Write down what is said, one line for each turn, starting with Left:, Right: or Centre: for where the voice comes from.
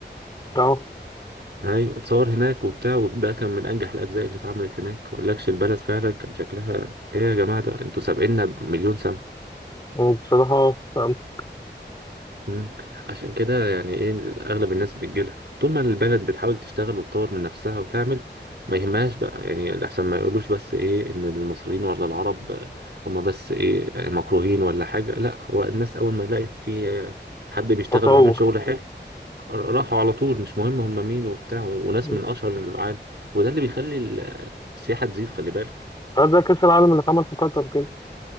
Left: اه
Right: ايوه اتصور هناك وبتاع وده كان من انجح الاجزاء اللي اتعملت هناك ما اقولكش البلد فعلا كان شكلها ايه يا جماعه ده انتوا سابقنا بمليون سنه
Left: وبصراحة فهمت
Right: مم. عشان كده يعني ايه اغلب الناس بتجيلها طول ما البلد بتحاول تشتغل وتطور من نفسها وتعمل ما يهمهاش بقى يعني الاحسن ما يقولوش بس ايه ان المصريين ولا العرب هم بس ايه يعني مكروهين ولا حاجة لا هو الناس اول ما لقت في حد بيشتغل
Left: تطور
Right: وعامل شغل حلو راحوا على طول مش مهم هم مين وبتاع وناس
Left: مم.
Right: من اشهر العالم وده اللي بيخلي ال- السياحة تزيد خلي بالك
Left: اه زي كأس العالم اللي اتعمل في قطر كده